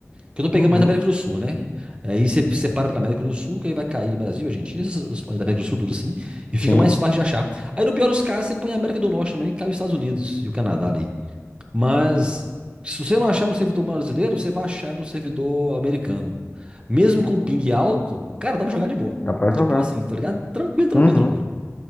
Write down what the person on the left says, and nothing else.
Uhum,
sim,
dá pra
jogar.
Uhum.